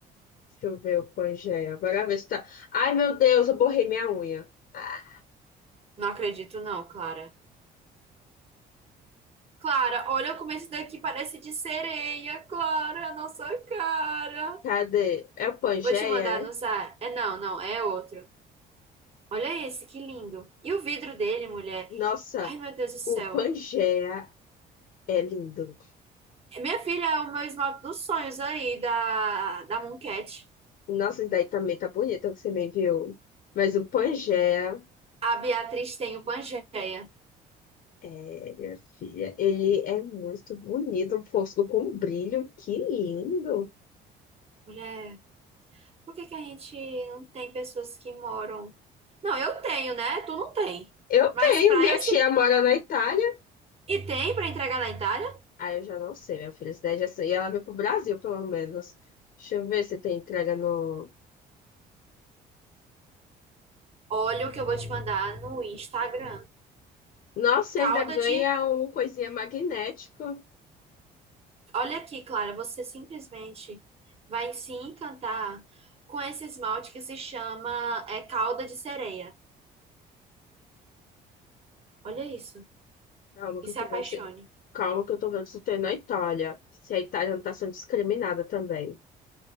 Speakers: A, on the left; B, on the right.
A: Deixa eu ver o Pangeia. Agora ver se tá. Ai, meu Deus, eu borrei minha unha. Ah,
B: Não acredito, não, Clara. Clara, olha como esse daqui parece de sereia, Clara, é a nossa cara.
A: Cadê? É o Pangeia,
B: Vou te mandar
A: é?
B: no zap. É não, não, é outro. Olha esse, que lindo. E o vidro dele, mulher.
A: Nossa,
B: Ai, meu Deus do céu.
A: o Pangeia é lindo.
B: Minha filha é o meu esmalte dos sonhos aí, da, da Mooncat.
A: Nossa, esse daí também tá bonito que você me enviou. Mas o Pangeia.
B: A Beatriz tem o Pangeia.
A: É, minha filha, ele é muito bonito, um fosco com brilho, que lindo.
B: Mulher, por que que a gente não tem pessoas que moram? Não, eu tenho, né? Tu não tem.
A: Eu
B: Mas
A: tenho,
B: pra
A: minha
B: esse.
A: tia mora na Itália.
B: E tem pra entregar na Itália?
A: Ah, eu já não sei, minha filha, cidade é assim. E ela veio pro Brasil, pelo menos. Deixa eu ver se tem entrega no.
B: Olha o que eu vou te mandar no Instagram.
A: Nossa,
B: Calda
A: e ainda ganha
B: de.
A: um coisinha magnético.
B: Olha aqui, Clara, você simplesmente vai se encantar com esse esmalte que se chama é, calda de sereia. Olha isso.
A: Calma
B: E
A: que
B: se
A: eu tô
B: apaixone.
A: vendo se... Calma que eu tô vendo se tem na Itália. Se a Itália não tá sendo discriminada também.